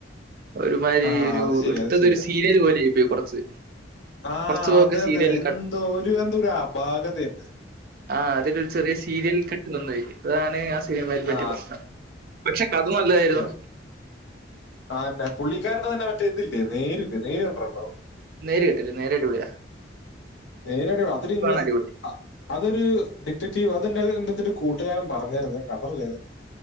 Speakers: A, on the right; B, on the left.
A: ഒരുമാതിരി
B: ആ
A: ഒരു,
B: അത് ശരി
A: എടുത്തത്
B: അത് ശരിയാ
A: ഒരു സീരിയൽ പോലെയായി പോയി കുറച്ച്.
B: ആഹ
A: കുറച്ച് ഭാഗമൊക്കെ
B: അതെ
A: സീരിയൽ
B: അതെ, എന്തോ
A: കട്ട്
B: ഒരു, എന്തോ ഒരു അപാകതയാണ്.
A: ആഹ്.. അതിന്റെ ഒരു ചെറിയ സീരിയൽ കെട്ട് വന്നതായി. അതാണ് ആ സിനിമക്ക് പറ്റിയ
B: ആ
A: പ്രശ്നം. പക്ഷെ അത് നല്ലതായിരുന്നു
B: സത്യം ആ ദെ പുള്ളിക്കാരൻ്റെ തന്നെ, മറ്റേ ഇതില്ലേ. നേരിട്ട്. നേരിയ നമ്പറുണ്ടാകും.
A: നേര് ഇട്ടിട്ട്. നേരെ ഇട്ടിട്ട് നേരെ ഇടൂല്ല.
B: നേരിടും അതൊരു ഇൻവെസ്
A: അടിപൊളി.
B: ആ അതൊരു ഡിക്റ്റക്റ്റീവ് അതെൻ്റെ ത് എ എന്തത്തിൻ്റെഒരു കൂട്ടുകാരൻ പറഞ്ഞായിരുന്നു കണ്ടക്കെ ചെയ്തു